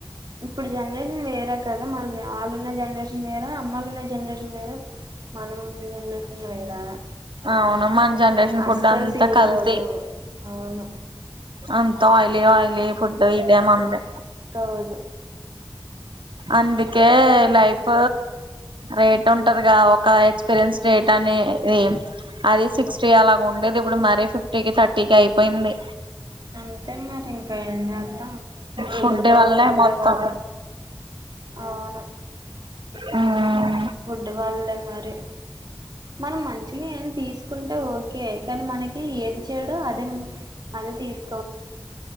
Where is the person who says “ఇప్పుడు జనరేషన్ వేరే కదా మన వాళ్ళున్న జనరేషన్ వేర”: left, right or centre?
Right